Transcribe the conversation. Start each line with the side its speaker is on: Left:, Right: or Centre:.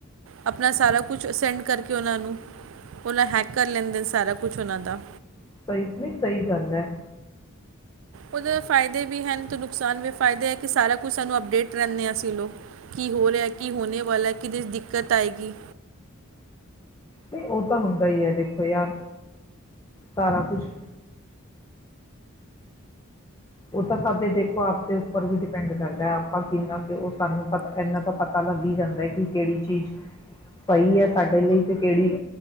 Right: ਆਪਣਾ ਸਾਰਾ ਕੁਛ ਸੈਂਡ ਕਰਕੇ ਉਹਨਾਂ ਨੂੰ ਉਹਨਾਂ ਹੈਕ ਕਰ ਲੈਂਦੇ ਨੇ ਸਾਰਾ ਕੁਝ ਉਹਨਾਂ ਦਾ।
Left: ਸਈ, ਨਹੀਂ ਸਈ ਗੱਲ ਏ।
Right: ਉਦੇ ਫਾਇਦੇ ਵੀ ਹੇਨ ਤੇ ਨੁਕਸਾਨ ਵੀ। ਫਾਇਦੇ ਏ ਕੀ ਸਾਰਾ ਕੁਛ ਸਾਨੂੰ ਅਪਡੇਟ ਰਇਣੇ ਅਸੀ ਲੋਗ। ਕੀ ਹੋ ਰਿਹਾ? ਕੀ ਹੋਣੇ ਵਲਾ? ਕਿਹਦੇ ਚ ਦਿੱਕਤ ਆਏਗੀ?
Left: ਨਹੀਂ ਉਹ ਤਾਂ ਹੁੰਦਾ ਹੀ ਹੈ ਦੇਖੋ ਯਾਰ, ਸਾਰਾ ਕੁਛ ਉਹ ਤਾਂ ਸਾਡੇ ਦੇਖੋ ਆਪ ਦੇ ਉੱਪਰ ਵੀ ਡਿਪੈਂਡ ਕਰਦਾ ਹੈ, ਆਪਾਂ ਕਿੰਨਾ ਸਾਨੂੰ ਪਤਾ, ਇਹਨਾਂ ਤੋਂ ਪਤਾ ਲੱਗ ਹੀ ਜਾਂਦਾ ਐ ਕੀ ਕਿਹੜੀ ਚੀਜ਼ ਸਹੀ ਹੈ। ਸਾਡੇ ਲਈ ਤੇ ਕਿਹੜੀ